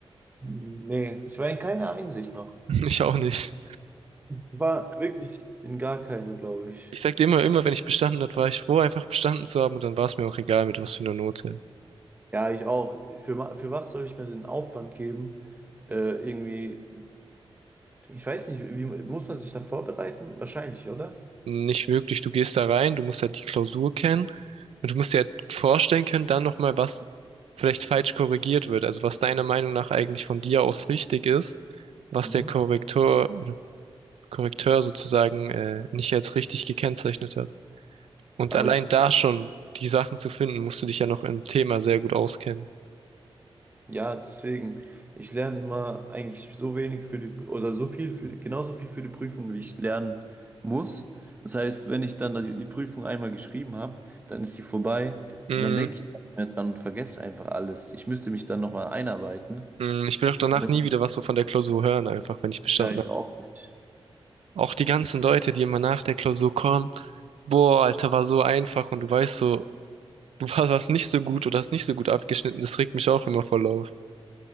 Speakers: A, on the right; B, on the right.
A: Nee, ich war in keiner Einsicht noch.
B: <laughs> ich auch nicht.
A: Ich war wirklich in gar keiner, glaube ich.
B: Ich sag dir immer, immer, wenn ich bestanden hat, war ich froh, einfach bestanden zu haben und dann war es mir auch egal, mit was für einer Note.
A: Ja, ich auch. Für, wa- für was soll ich mir den Aufwand geben? Äh, irgendwie, ich weiß nicht, wie muss man sich da vorbereiten? Wahrscheinlich, oder?
B: Nicht wirklich, du gehst da rein, du musst halt die Klausur kennen und du musst dir halt vorstellen können, dann nochmal, was vielleicht falsch korrigiert wird, also was deiner Meinung nach eigentlich von dir aus richtig ist, was
A: Mhm.
B: der Korrektor, Korrekteur sozusagen äh, nicht als richtig gekennzeichnet hat. Und
A: Aber
B: allein
A: ich,
B: da schon die Sachen zu finden, musst du dich ja noch im Thema sehr gut auskennen.
A: Ja, deswegen, ich lerne immer eigentlich so wenig für die, oder so viel für, genauso viel für die Prüfung, wie ich lernen muss. Das heißt, wenn ich dann die, die Prüfung einmal geschrieben habe, dann ist die vorbei
B: Mm,
A: und dann denke ich nicht mehr dran und vergesse einfach alles. Ich müsste mich dann nochmal einarbeiten.
B: mm, ich will auch danach
A: Aber ich-
B: nie wieder was so von der Klausur hören, einfach, wenn ich bestanden
A: Ja, ich
B: habe.
A: auch nicht.
B: Auch die ganzen Leute, die immer nach der Klausur kommen, boah, Alter, war so einfach und du weißt so, <laughs> du war- warst nicht so gut oder hast nicht so gut abgeschnitten, das regt mich auch immer voll auf.